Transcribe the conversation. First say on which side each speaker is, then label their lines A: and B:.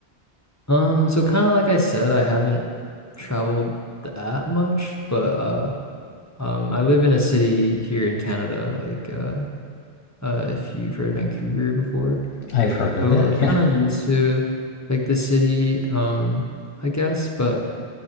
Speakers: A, on the left (about 20°); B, on the left (about 75°).
A: um, so kind of like I said, I haven't traveled that much, but uh Um, I live in a city here in Canada, like uh, uh, if you've heard of Vancouver before.
B: I've heard of
A: So
B: it.
A: I'm kind
B: <laughs> Yeah.
A: of used to like the city, um, I guess. But